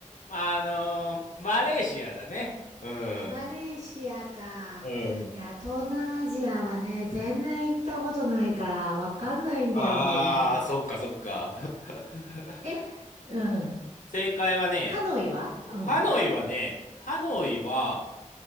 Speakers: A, on the left; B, on the right.
A: まあ、あのーマレーシアだね。うん。
B: あ、マレーシアか。
A: うん。
B: いや、東南アジアはね、全然行ったことないから、わかんないんだよね。
A: ああ、そっかそっか。<laughs>
B: え、うん。
A: 正解はね、
B: ハノイはうん。
A: ハノイはね、ハノイは